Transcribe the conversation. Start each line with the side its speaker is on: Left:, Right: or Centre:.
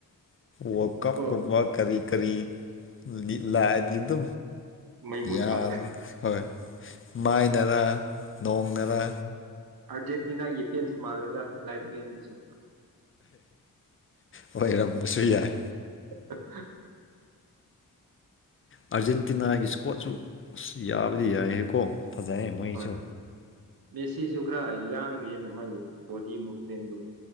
Left: ꯋꯥꯔꯜ
Right: ꯑꯣ
Left: ꯀꯞꯀꯨꯝꯕ ꯀꯔꯤ ꯀꯔꯤꯂꯤ ꯂꯥꯛ ꯑꯗꯤ ꯑꯗꯨ
Right: ꯃꯩ ꯃꯨꯠꯄ
Left: ꯌꯥꯔꯣꯏ ꯍꯣꯏ ꯃꯥꯏꯅꯔꯥ ꯅꯣꯡꯅꯔꯥ
Right: ꯑꯥꯔꯖꯦꯟꯇꯤꯅꯥꯒꯤ ꯐꯦꯟꯁ ꯃꯥꯜꯂꯦꯗ ꯂꯥꯏꯠꯃꯦꯟꯗꯨꯁꯨ
Left: ꯑꯣꯏꯔꯝꯕꯁꯨ ꯌꯥꯏ
Right: <unintelligible>
Left: ꯑꯥꯔꯖꯦꯟꯇꯤꯅꯥꯒꯤ ꯏꯁꯀꯣꯠꯁꯨ ꯌꯥꯕꯗꯤ ꯌꯥꯏꯍꯀꯣ ꯐꯖꯩꯑꯦ ꯃꯣꯏꯁꯨ
Right: ꯍꯣꯏ ꯃꯦꯁꯤꯁꯨ ꯈꯔ ꯌꯥꯡꯏꯅ ꯃꯥꯒꯤ ꯕꯣꯗꯤ ꯃꯨꯚꯃꯦꯟꯗꯣ